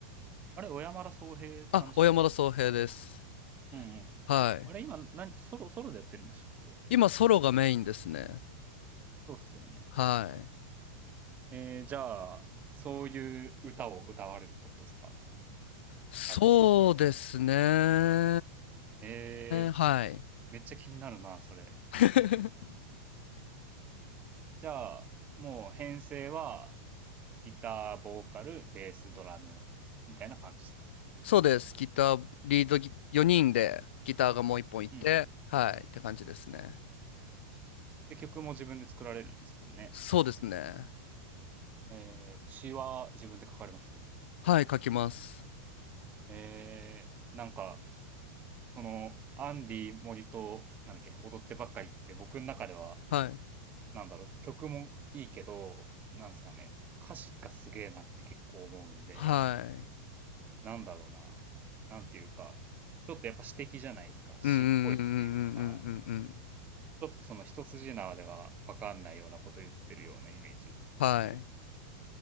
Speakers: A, on the right (about 25°); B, on the left (about 70°).
A: あれ、小山田宗平さんでしたっけ
B: あ、小山田宗平です。
A: うんうん。
B: はい。
A: あれ、今、何、ソロ、ソロでやってるんでしたっけ
B: 今ソロがメインですね。
A: そうっすよね。
B: はい。
A: えー、じゃあ、そういう歌を歌われるってことですか
B: そうですね。
A: アルトさん。えー、
B: はい。
A: めっちゃ気になるな、それ。
B: <laughs>
A: じゃあ、もう編成は、ギター、ボーカル、ベース、ドラム、みたいな感じですか
B: そうです。ギター、リードギ、4人でギターがもう1本いて、
A: うんうん。
B: はい、って感じですね。
A: で、曲も自分で作られるんですもんね。
B: そうですね。
A: えー、詩は自分で書かれます
B: はい、書きます。
A: えー、なんか、その、アンディ森と、なんだっけ、踊ってばっかりって僕の中では、
B: はい。
A: なんだろう、曲もいいけど、なんすかね、歌詞がすげえなって結構思うんで、
B: はい。
A: なんだろうな、なんていうか、ちょっとやっぱ詩的じゃないですか、詩っぽいっていうか、
B: うんうんうんうんうんうんうんうん。
A: ちょっとその一筋縄ではわかんないようなこと言ってるようなイメージ。
B: はい。